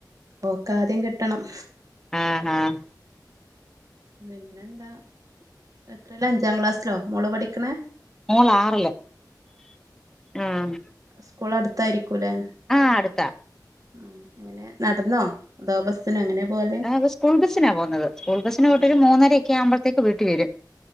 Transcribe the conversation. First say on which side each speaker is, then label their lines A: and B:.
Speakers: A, on the right; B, in the centre.
A: ഓക്കാദ്യം കിട്ടണം.
B: ആഹ് ആഹ്
A: പിന്നെന്താ എത്രയ്ലാ അഞ്ചാം ക്ലാസ്സിലോ മോള് പഠിക്കണേ?
B: മോളാറില് ആഹ്
A: സ്കൂളടുത്തായിരിക്കൂലേ?
B: ആഹ് അടുത്താ.
A: ഉം എങ്ങനെ നടന്നോ അതോ ബസ്സിനോ എങ്ങനെ പോവല്
B: ത് സ്കൂൾ ബസിന പോകുന്നത്. സ്കൂൾ ബസിന് പോയിട്ട്
A: ഉം
B: ഒരു മൂന്നര ഒക്കെ ആവുമ്പളത്തേക്ക് വീട്ടി വരും.